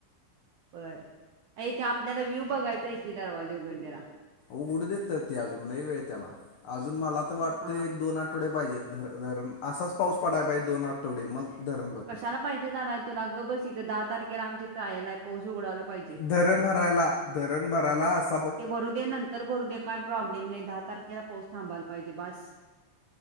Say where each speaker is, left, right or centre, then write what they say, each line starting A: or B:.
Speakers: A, on the right; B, on the left.
A: बर अ ते आपल्याला व्ह्यू बघायचं आहे की दरवाजे उघडलेला
B: उघडू देत तर ती अजूनला वेळ त्याला अजून मला तर वाटत
A: हा
B: एक दोन आठवड्या पाहिजेर असाच पाऊस पडाय पाहिजे दोन आठवडे मग धरण भर
A: कशाला पाहिजे झालाय तुला ग बस इथं दहा तारखेला आमची ट्रायल आहे. पाऊस उघडायला पाहिजे
B: धरण भरायला धरण भरायला अस
A: ते भरू दे्या नंतर भरू दे काय प्रॉब्लेम नाही दहा तारखेला पाऊस थांबा पाहिजे बास.